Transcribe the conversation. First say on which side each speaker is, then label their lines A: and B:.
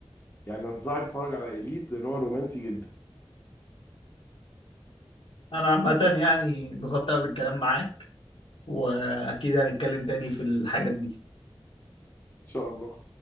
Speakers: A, on the left; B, on the left.
A: يعني انصحك تتفرج على اليت لان هو رومانسي جدا ان
B: أنا عامة يعني انبسطت أوي بالكلام معاك وأكيد هنتكلم تاني في الحاجات دي
A: شاء الله